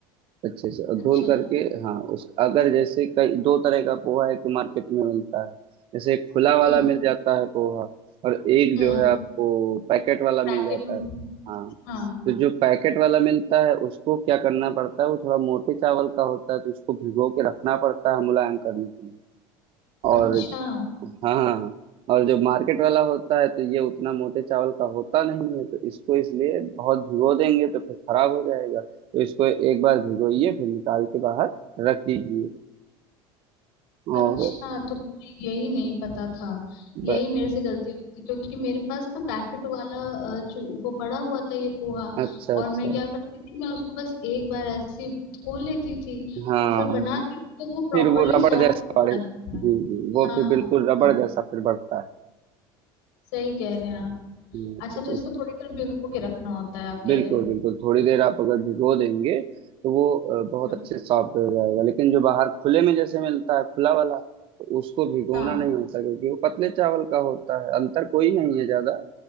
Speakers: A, on the right (about 50°); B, on the left (about 80°).
A: अच्छे से और
B: अच्छा
A: धुल करके हाँ उस अगर जैसे कई दो तरह का पोहा एक तो मार्केट में मिलता है जैसे एक खुला वाला
B: हम्म
A: मिल जाता है पोहा और एक
B: हम्म
A: जो है आपको पैकेट वाला
B: पैकेट
A: मिल जाता
B: में
A: है हाँ
B: हाँ
A: तो जो पैकेट वाला मिलता है उसको क्या करना पड़ता है वो थोड़ा मोटे चावल का होता है तो उसको भिगो के रखना पड़ता है मुलायम करने के लिए और
B: अच्छा
A: हाँ और जो मार्केट वाला होता है तो ये उतना मोटे चावल का होता नहीं है तो इसको इसलिए बहुत भिगो देंगे तो फिर खराब हो जाएगा तो इसको एक बार भिगोइए फिर निकाल के बाहर रख दीजिए और
B: अच्छा तो मुझे यही नहीं पता था
A: ब,
B: यही मेरे से गलती हुई थी क्योंकि मेरे पास ना पैकेट वाला अ, जो वो पड़ा हुआ था ये पोहा
A: अच्छा
B: और
A: अच्छा
B: मैं क्या करती थी मैं उसको बस एक बार ऐसे ही धो लेती थी
A: हाँ
B: और फिर बनाती थी तो वो प्रॉपरली
A: फिर वो रबड़
B: सॉफ्ट
A: जैसा
B: हो जाता
A: बढ़े
B: था
A: जी जी वो
B: हाँ
A: फिर बिल्कुल रबड़
B: हाँ
A: जैसा फिर बढ़ता है
B: सही कह रहे हैं आप
A: हम्म,
B: अच्छा
A: तो
B: तो इसको थोड़ी देर भिगो के रखना होता है आप
A: बिल्कुल
B: कह रहे हो
A: बिल्कुल थोड़ी देर आप अगर भिगो देंगे तो वो अ, बहुत
B: हम्म,
A: अच्छे सॉफ्ट हो जाएगा लेकिन जो बाहर खुले में जैसे मिलता है खुला वाला तो उसको भिगोना
B: हाँ
A: नहीं होता क्योंकि वो पतले चावल का होता है अंतर कोई नहीं है ज्यादा